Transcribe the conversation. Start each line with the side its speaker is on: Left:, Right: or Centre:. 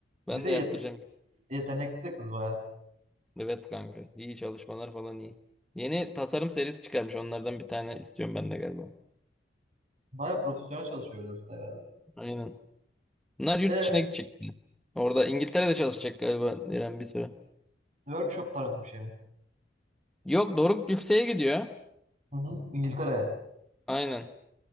Centre: Ben
Right: Bir de
Centre: de
Right: yet-
Centre: yaptıracağım.
Right: yetenekli de kız baya.
Centre: Evet kanka. İyi çalışmalar falan iyi. Yeni tasarım serisi çıkarmış. Onlardan bir tane istiyorum ben de galiba.
Right: Baya profesyonel çalışıyor bir de usta herhalde.
Centre: Aynen. Bunlar yurt
Right: E
Centre: dışına gidecek. Orada İngiltere'de çalışacak galiba Diren bir süre.
Right: workshop tarzı bir şey mi?
Centre: Yok Doruk yükseğe gidiyor.
Right: Hı hı. İngiltere.
Centre: Aynen.